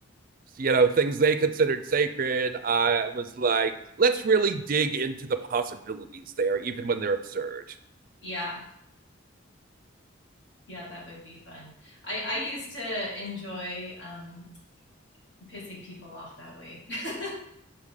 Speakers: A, on the right (about 45°); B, on the left (about 60°).
A: you know things they considered sacred i was like let's really dig into the possibilities there even when they're absurd
B: yeah, yeah, that would be fun. I, I used to enjoy um, pissing people off that way. <laughs>